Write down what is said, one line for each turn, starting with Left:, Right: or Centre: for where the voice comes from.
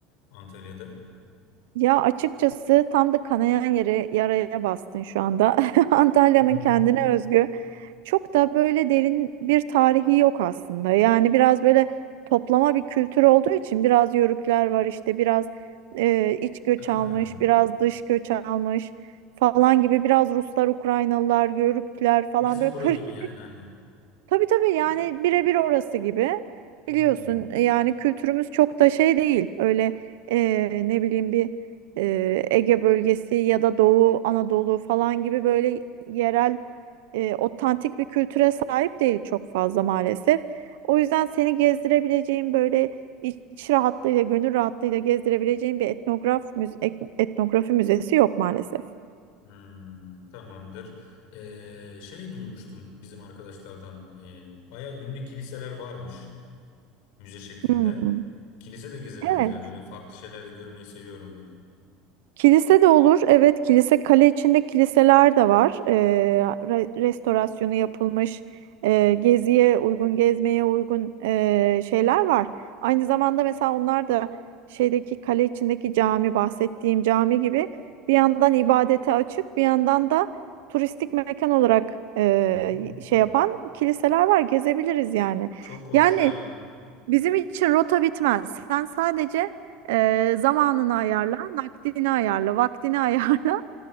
Left: Antalya'da.
Right: Ya açıkçası tam da kanayan yere yaraya bastın şu anda. <laughs> Antalya'nın
Left: <laughs>
Right: kendine özgü çok da böyle derin bir tarihi yok aslında. Yani biraz böyle toplama bir kültür olduğu için biraz yörükler var işte biraz e, iç göç
Left: Aa,
Right: almış, biraz dış göç almış falan gibi biraz Ruslar, Ukraynalılar, Yörükler falan
Left: bizim
Right: böyle
Left: bura
Right: <laughs>
Left: gibi yani hani.
Right: Tabii tabii yani
Left: Bir,
Right: birebir orası gibi
Left: Hmm.
Right: biliyorsun e, yani kültürümüz çok da şey değil öyle eee, ne bileyim bir eee, Ege bölgesi ya da Doğu Anadolu falan gibi böyle yerel eee, otantik bir kültüre sahip değil çok fazla maalesef. O yüzden seni gezdirebileceğim böyle iç rahatlığıyla gönül rahatlığıyla gezdirebileceğim bir etnograf müze- etnografi müzesi yok maalesef.
Left: Hmm, tamamdır. E, şey duymuştum bizim arkadaşlardan. E, baya ünlü kiliseler varmış. müze şeklinde.
Right: Hmm.
Left: Kilise de gezebiliriz
Right: Evet.
Left: yani öyle farklı şeyler de görmeyi seviyorum ben.
Right: Kilise de olur. Evet, kilise kale içinde kiliseler de var. Ee, re- restorasyonu yapılmış, e, geziye uygun, gezmeye uygun e, şeyler var. Aynı zamanda mesela onlar da şeydeki kale içindeki cami bahsettiğim cami gibi bir yandan ibadete açık, bir yandan da turistik mekan olarak e,
Left: Hmm,
Right: şey yapan kiliseler var. Gezebiliriz yani.
Left: çok hoş
Right: Yani.
Left: ya.
Right: Bizim için rota bitmez. Sen sadece e, zamanını ayarla, nakdini ayarla, vaktini <laughs> ayarla.